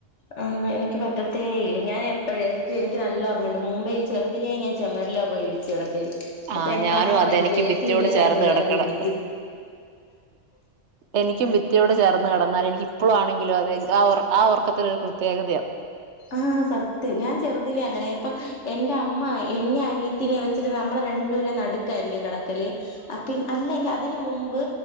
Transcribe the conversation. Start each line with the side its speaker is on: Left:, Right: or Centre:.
Left: ആ വേലി എനിക്ക് പറ്റത്തേ ഇല്ല ഞാൻ എപ്പഴും എനിക്ക് എനിക്ക് നല്ല ഓർമ്മയുണ്ട് മുമ്പേ ഈ ചെറുതിലെ ഞാൻ ചെമരിലാ പോയി ഇടിച്ച് കെടക്കു
Right: ആ
Left: അപ്പൊ എന്റെ
Right: ഞാനും
Left: അമ്മ പറയും
Right: അതെ എനിക്ക്
Left: ജെ
Right: ഭിത്തിയോട്
Left: സി വേദാ
Right: ചേർന്ന്
Left: ചെന്ന്
Right: കിടക്കണം
Left: നടന്ന് ഇടി
Right: എനിക്കും ഭിത്തിയോട് ചേർന്ന് കെടന്നാ അല്ല എനിക്കിപ്പഴാണെങ്കിലും അതെ ആ ഒറക്ക ആ ഒറക്കത്തിനൊരു പ്രത്യേകതയാ
Left: ആ സത്യം ഞാൻ ചെറുതിലേ അങ്ങനെയാ ഇപ്പൊ എന്റെ അമ്മ എന്നെം അനിയത്തീനെം വെച്ചിട്ട് നമ്മളെ രണ്ടു ടേം നടുക്കാരിക്കും കെടക്കല് ആ പിൻ അല്ലെങ്കിൽ അ അതിന് മുമ്പ്